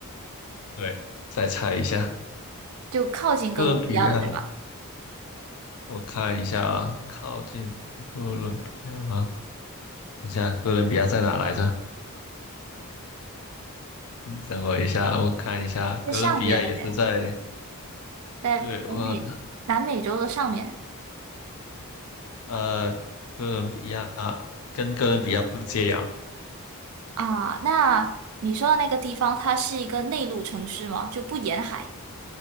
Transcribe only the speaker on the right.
就靠近哥伦比亚了，
对吧？
在上边那边，
在北美南美洲的上面
啊。那你说的那个地方，它是一个内陆城市吗？就不沿海？